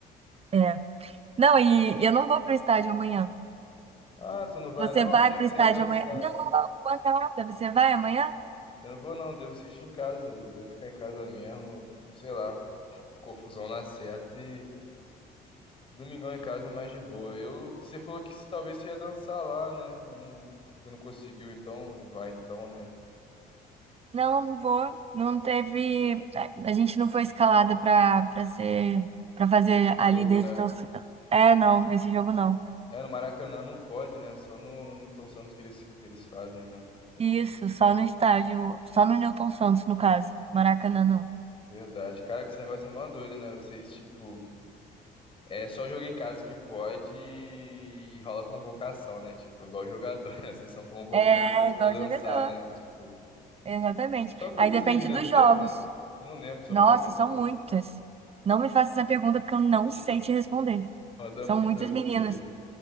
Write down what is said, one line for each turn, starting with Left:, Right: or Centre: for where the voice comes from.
Right: é. Não, e eu não vou pro estádio amanhã.
Left: Ah, tu não vai
Right: Você
Left: não?
Right: vai
Left: Achei
Right: pro
Left: que você
Right: estádio
Left: ia dançar.
Right: amanhã? Não, não vou nada. Você vai amanhã?
Left: Eu não vou não, devo assistir em casa, eu devo ficar em casa mesmo, sei lá, confusão na certa e Domingão em casa é mais de boa. Eu, você falou que talvez você ia dançar lá, né? Eu não, você não conseguiu, então não vai, então, né?
Right: Não, não vou. Não teve. A a gente não foi escalada pra, pra ser. Pra fazer
Left: Esse
Right: a
Left: jogo,
Right: líder
Left: né?
Right: de torcida. É, não, esse jogo não.
Left: É, no Maracanã não pode, né? Só no, no Newton Santos que eles, que eles fazem, né?
Right: Isso, só no estádio, só no Newton Santos, no caso. Maracanã, não.
Left: Verdade. Cara, que esse negócio é mó doido, né? Vocês, tipo, é só jogo em casa que pode e rola convocação, né? Tipo, igual jogador, <laughs> né? Vocês são convocadas
Right: É, igual
Left: pra dançar,
Right: jogador.
Left: né? Tipo,
Right: Exatamente.
Left: são quantas
Right: Aí depende
Left: meninas
Right: dos
Left: mesmo?
Right: jogos.
Left: Eu não lembro, são
Right: Nossa,
Left: quantas
Right: são
Left: mesmo?
Right: muitas. Não
Left: Mano,
Right: me faça essa pergunta porque eu não
Left: <laughs>
Right: sei te responder.
Left: Roda
Right: São
Left: muita
Right: muitas
Left: gente
Right: meninas.
Left: ali, né?